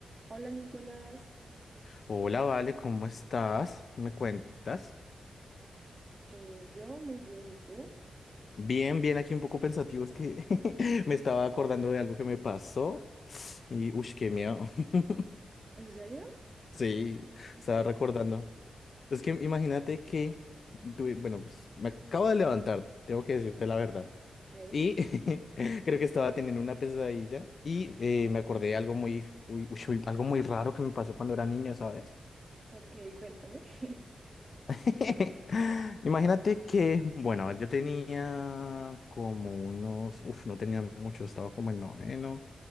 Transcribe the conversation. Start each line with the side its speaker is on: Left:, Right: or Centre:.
Right: Hola Nicolás,
Left: Hola, Vale, ¿cómo estás? ¿Me cuentas?
Right: Eh, yo muy bien, ¿y tú?
Left: Bien, bien, aquí un poco pensativo, es que <laughs> me estaba acordando de algo que me pasó y, uff, qué miedo. <laughs>
Right: ¿En serio?
Left: Sí, estaba
Right: ¿Qué?
Left: recordando. Es que imagínate que, tuve- bueno, pues me acabo de levantar, tengo que decirte la verdad.
Right: Ok,
Left: Y <laughs> creo que estaba teniendo una pesadilla y eh, me acordé de algo muy, uy, ush, uy, algo muy raro que me pasó cuando era niño, ¿sabes?
Right: ok, cuéntame. <laughs>
Left: <laughs> Imagínate que, bueno, a ver, yo tenía como unos, uf, no tenía mucho, estaba como en noveno,